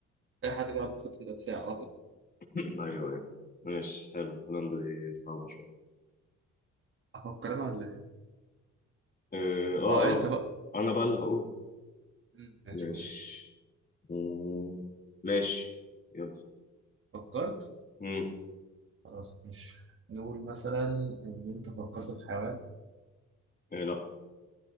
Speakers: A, on the right (about 45°); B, on the left (about 30°).
A: اي حد بيلعب بخطة دفاع
B: <laughs> ايوه ايوه ماشي حلو هولندا دي صعبة شوية
A: أفكر أنا ولا إيه؟
B: اه اه
A: أه أنت
B: آه.
A: بقى
B: انا بقى اللي هقول
A: مم، ماشي
B: ماشي
A: قول
B: مم. ماشي يلا
A: فكرت
B: مم.
A: خلاص مش نقول مثلا إن أنت فكرت في حيوان
B: إيه لا